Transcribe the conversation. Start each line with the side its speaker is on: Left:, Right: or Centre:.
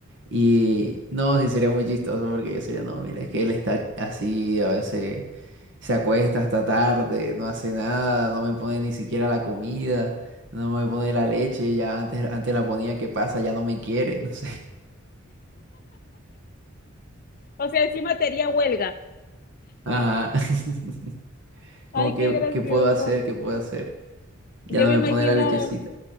Right: Y no, sí sería muy chistoso porque yo sería, no, mira, es que él está así, a veces se acuesta hasta tarde, no hace nada, no me pone ni siquiera la comida. No me pone la leche, ya antes, antes la ponía, ¿qué pasa? Ya no me quiere, <laughs> no sé.
Left: O sea, encima te haría huelga.
Right: Ajá. <laughs> Como
Left: Ay,
Right: que,
Left: qué gracioso.
Right: ¿qué puedo hacer? ¿Qué puedo hacer? Ya
Left: Yo
Right: no
Left: me
Right: me
Left: imagino,
Right: pone la lechecita.